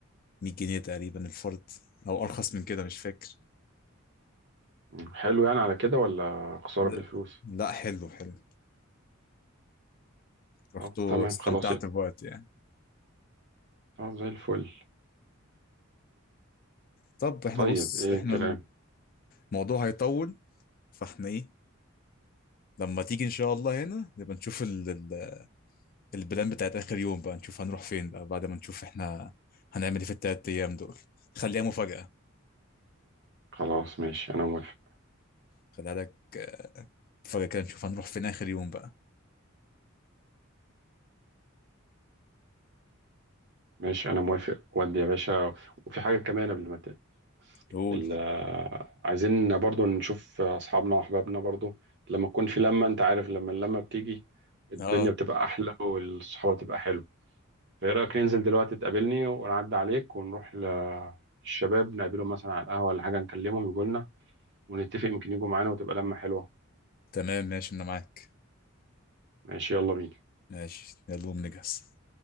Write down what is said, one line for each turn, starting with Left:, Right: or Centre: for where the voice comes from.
Left: 100 جنيه تقريبا الفرد أو أرخص من كده مش فاكر
Right: مم. حلو يعني على كده ولا خسارة
Left: لا
Right: في الفلوس؟
Left: لا، حلو حلو رحت
Right: طب
Left: واستمتعت
Right: تمام خلاص يبقى
Left: بوقت يعني
Right: طب زي الفل
Left: طب احنا
Right: طيب
Left: بص
Right: إيه
Left: احنا
Right: الكلام؟
Left: الموضوع هيطول فاحنا ايه لما تيجي ان شاء الله هنا نبقى نشوف ال... ال- البلان بتاعت آخر يوم بقى نشوف هنروح فين بقى بعد ما نشوف احنا هنعمل ايه في التلات أيام دول خليها مفاجأة
Right: خلاص ماشي أنا موافق
Left: خليها لك مفاجأة كده نشوف هنروح فين آخر يوم بقى
Right: ماشي أنا موافق ودي يا باشا وفي حاجة كمان قبل ما
Left: قول
Right: ال- عايزين برضو نشوف أصحابنا وأحبابنا برضو لما تكون في لمة أنت عارف لما اللمة بتيجي الدنيا
Left: اه
Right: بتبقى أحلى والصحوة تبقى حلو فإيه رأيك ننزل دلوقتي تقابلني ونعدي عليك ونروح للشباب نقابلهم مثلا على القهوة ولا حاجة نكلمهم يجوا لنا ونتفق يمكن يجوا معانا وتبقى لمة حلوة
Left: تمام ماشي أنا معاك
Right: ماشي يلا بينا
Left: ماشي يلا قوم نجهز